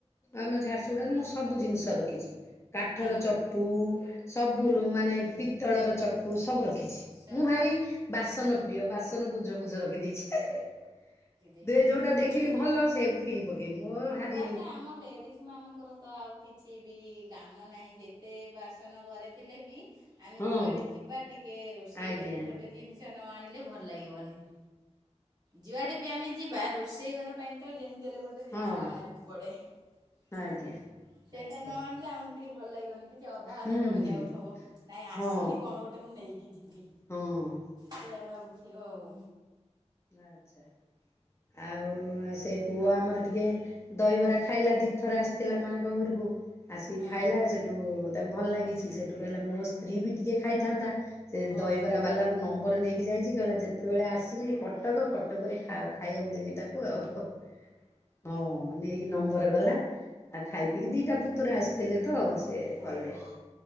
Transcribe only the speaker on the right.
ହଁ
ହଁ
ସବୁ
ସବୁ
ଦେଇଛନ୍ତି
<inaudible>
ତାପରେ ଆମ ଲେଡିଜ ମାନଙ୍କର ତ ଆଉ କିଛି ବି କାମ ନାହିଁ ଯେତେ ବାସନ ଘରେ ଥିଲେ ବି ଆମେ
ଯୁଆଡେ ଯିବା ଟିକେ ରୋଷେଇ
ଘରକୁ ଗୋଟେ ଜିନିଷ ନ ଆଣିଲେ ଭ ଲାଗିବନି <inaudible> ଯୁଆଡ଼େ ବି ଆମେ ଯିବା ରୋଷେଇଘର ପାଇଁ ତ ଯେମ୍ ତେଲେ ଗୋଟେ ଜିନିଷ
ଆଣିବାକୁ ପଡ଼େ <inaudible>
ସେଟା
ନ ଆଣିଲେ ଆମକୁ ଟିକେ ଭଲ ଲାଗିବନି। କିଛି ଅଧା ଅଧା
ରହିଯାଉଥିବ
ନାଇଁ ଆସିଲି
କଣ ଗୋଟେ ମୁଁ ନେଇକି ଯିବି।
ସେଆ ଭାବୁଥିବ ଆଉ।
ଆଉ
ହଁ
ହଁ
ହଁ
ହଁ